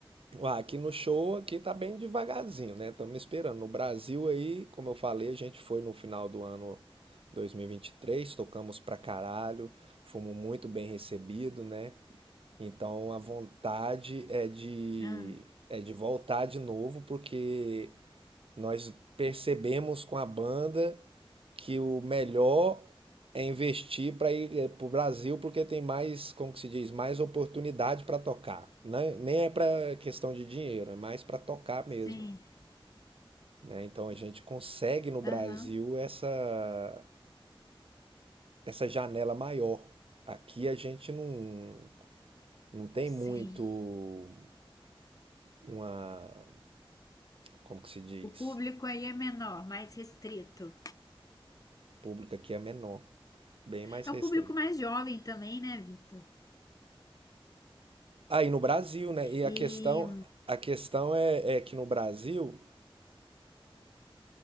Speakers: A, on the right; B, on the left.
A: Ah, aqui no show aqui tá bem devagarzinho, né? Estamos esperando. No Brasil aí, como eu falei, a gente foi no final do ano 2023, tocamos pra caralho, fomos muito bem recebidos, né? Então a vontade é de
B: Ah,
A: é de voltar de novo, porque nós percebemos com a banda que o melhor é investir para ir para o Brasil, porque tem mais, como que se diz, mais oportunidade para tocar. né? Nem é para questão de dinheiro, é mais para tocar
B: sim,
A: mesmo. né? Então a gente consegue no Brasil
B: aham,
A: essa, essa janela maior. Aqui a gente não, não tem
B: sim.
A: muito uma, como que se diz,
B: O público aí é menor, mais restrito.
A: o público aqui é menor, bem mais
B: É
A: restrita.
B: um público mais jovem também, né, Vitor?
A: Aí no Brasil, né? E
B: E,
A: a questão, a questão é, é que no Brasil